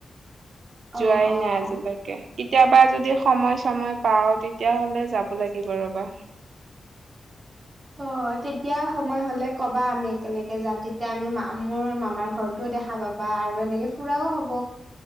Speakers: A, on the right; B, on the right.
A: যোৱাই
B: অ', অ',
A: নাই আজিলৈকে? কে কেতিয়াবা যদি সময় - চময় পাও তেতিয়াহলে যাব লাগিব ৰবা।
B: অ তেতিয়া সময় হলে কবা আমি একেলগে যাম তেতিয়া আমি মা মোৰ মামাৰ ঘৰত টোৱে দেখা পাবা আৰু এনেকে ফুৰাও হ'ব